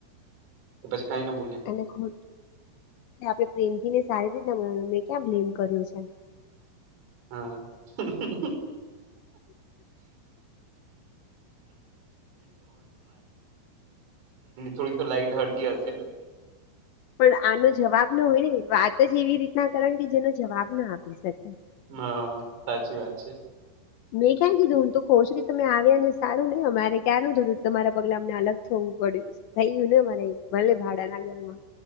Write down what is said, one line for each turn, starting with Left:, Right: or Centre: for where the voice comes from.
Right: પછી કાઈ ન બોલ્યા?
Left: <unintelligible> આપડે પ્રેમથી ને સારી રીતે <unintelligible> મે ક્યાં બ્લેમ કર્યો છે.
Right: <unintelligible> <unintelligible> એમની થોડી તો લાઈટ હળગી હશેને?
Left: પણ આનો જવાબ ન હોય ને, વાત જ એવી રીતના કરે ને કે જેનો જવાબ ન આપી શકે.
Right: મ સાચી વાત છે.
Left: મેં ક્યાં કીધું, હું તું કઉ છું કે તમે આવ્યા ને સારું નઈ અમારે ક્યારનું જુદુ તમારા પગલા અમને અલગ થવું પડ્યું. થઈ ગયું ને મારે, ભલે ભાડાના ઘરમાં